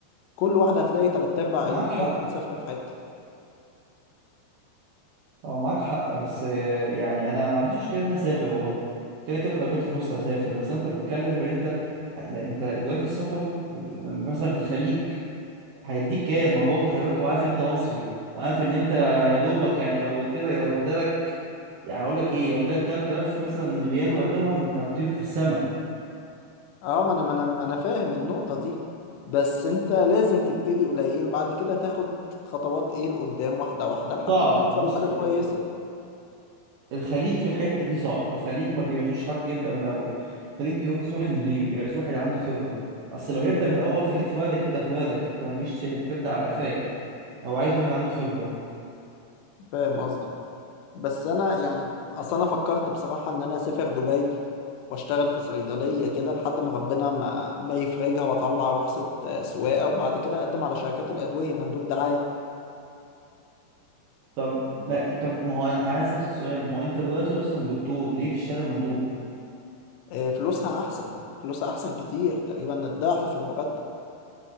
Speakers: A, on the left (about 80°); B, on the right (about 75°).
A: كل واحدة هتلاقي تلات أرباع عيلته
B: معاك حق
A: مسافرة في حتة
B: اه معاك حق بس يعني انا ما عنديش مشكلة ان انا اسافر والله كده كده لو جات لي فرصة اسافر بس انت بتتكلم في إن انت لا، انت دلوقتي السفر مثلا في الخليج هيديك كام ما هو برضه خلي بالك هو عارف ان انت مصري وعارف ان انت يا دوبك يعني لو اديتك لو ادالك يعني هقول لك ايه لو اداك 3000 مثلا ريال ولا درهم انت هتطير في السماء
A: اه ما انا ما انا ما أنا فاهم النقطة دي بس انت لازم تبتدي قليل بعد كده تاخد خطوات ايه لقدام واحدة واحدة لحد
B: صعب
A: ما توصل
B: بص
A: لحاجة
B: الخ-
A: كويسة
B: الخليج في الحته دي صعب الخليج ما بيعزوش حد يبدا من الاول الخليج بيعوز واحد مدير بيعوز واحد عنده خبره اصل لو هيبدا من الاول خليك في بلدك ابدا في بلدك انت ما تجيش تبدا على قفايا هو عايز واحد عنده خبره
A: فاهم قصدك بس انا يعني اصل انا فكرت بصراحة ان انا اسافر دبي واشتغل في صيدلية كده لحد ما ربنا ما ما يفرجها واطلع رخصة آه، سواقة وبعد كده اقدم على شركات الأدوية مندوب دعاية
B: طب ما طب ما هو انا عايز اسال سؤال ما هو انت دلوقتي اصلا دكتور ليه تشتغل مندوب
A: آه، فلوسها احسن فلوسها احسن كتير تقريبا الضعف في المرتب